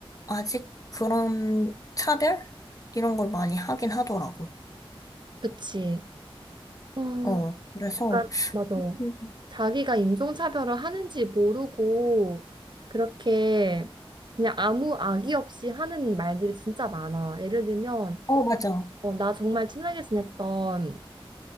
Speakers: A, on the left; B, on the right.
A: 아직 그런 차별? 이런 걸 많이 하긴 하더라고.
B: 그치. 어,
A: 어, 그래서,
B: 그러니까 맞아.
A: <laughs>
B: 자기가 인종차별을 하는지 모르고 그렇게 그냥 아무 악의 없이 하는 말들이 진짜 많아. 예를 들면
A: 어, 맞아.
B: 어, 나 정말 친하게 지냈던